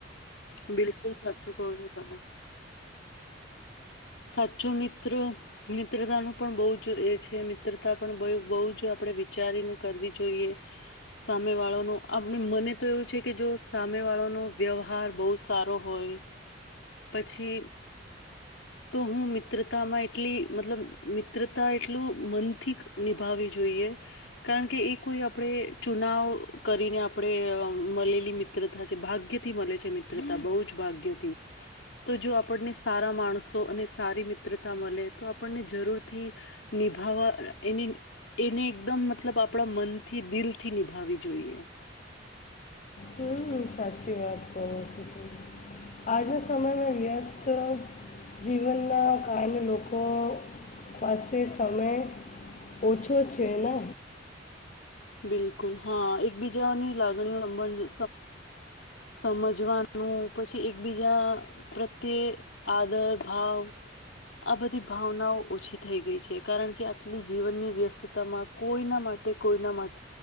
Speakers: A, on the left (about 75°); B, on the left (about 40°).
A: બિલકુલ સાચું કહો છો તમે સાચો મિત્ર મિત્રતાનું પણ બહુ જ એ છે મિત્રતા પણ બહુ જ આપણે વિચારીને કરવી જોઈએ સામે વાળાનો આપ મને તો એવું છે કે જો સામે વાળાનો વ્યવહાર બહુ સારો હોય પછી તો હું મિત્રતામાં એટલી મતલબ મિત્રતા એટલું મનથી નિભાવવી જોઈએ કારણ કે એ કોઈ આપણે ચુનાવ કરીને આપણે મળેલી મિત્રતા છે ભાગ્યથી મળે છે મિત્રતા બહુ જ ભાગ્યથી તો જો આપણને સારા માણસો અને સારી મિત્રતા મળે તો આપણને જરૂરથી નિભાવવા એ એને એકદમ મતલબ આપણા મનથી દિલથી નિભાવી જોઈએ
B: હમ સાચી વાત કો છું ત આજના સમયમાં વ્યસ્ત જીવનના કારણે લોકો પાસે સમય ઓછો છે ને
A: બિલકુલ હા એકબીજાની લાગણીઓ સમજવાનું પછી એકબીજા પ્રત્યે આદર ભાવ આ બધી ભાવનાઓ ઓછી થઈ ગઈ છે કારણ કે આટલી જીવનની વ્યસ્તતામાં કોઈના માટે કોઈના માટે